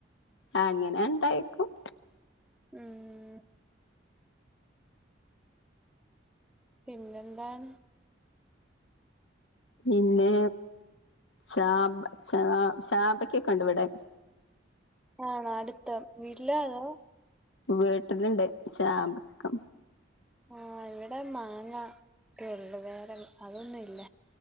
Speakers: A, on the left (about 80°); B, in the centre.
A: അങ്ങനെ ഇണ്ടായേക്കും
B: ഉം പിന്നെന്താണ്
A: പിന്നെ ചാമ്പ് ചാ ചാമ്പക്ക ഒക്കണ്ട് ഇവിടെ
B: ആണോ അടുത്ത വീട്ടിലേ അതോ
A: വീട്ടില്ണ്ട് ചാമ്പക്ക
B: ആ ഇവിടെ മാങ്ങ ഒക്കെ ഉള്ളു വേറെ അതൊന്നും ഇല്ല